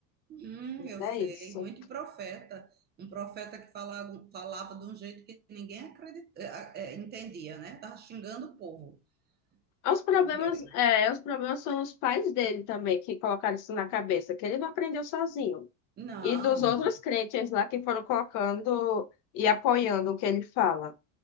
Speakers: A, on the right; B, on the left.
A: Hum, eu
B: É
A: sei,
B: isso.
A: muito profeta. Um profeta que falava, falava de um jeito que ninguém acredit, eh, eh, entendia, né? Tava xingando o povo
B: Os problemas,
A: que eu vi ali.
B: é, os problemas são os pais dele também, que colocaram isso na cabeça, que ele não aprendeu sozinho.
A: Não,
B: E dos outros crentes lá que foram colocando e apoiando o que ele fala.